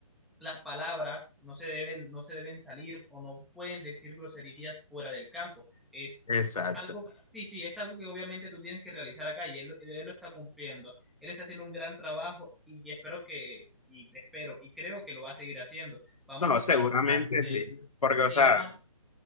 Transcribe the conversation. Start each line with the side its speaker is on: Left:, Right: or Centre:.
Centre: las palabras no se deben, no se deben salir o no pueden decir groserías fuera del campo. Es
Left: Exacto.
Centre: algo, sí, sí, es algo que obviamente tú tienes que realizar acá y él, él lo está cumpliendo. Él está haciendo un gran trabajo y espero que, y espero y creo que lo va a seguir haciendo. Vamos
Left: No,
Centre: a estar
Left: seguramente
Centre: ante,
Left: sí, porque, o
Centre: sí,
Left: sea,
Centre: vamos a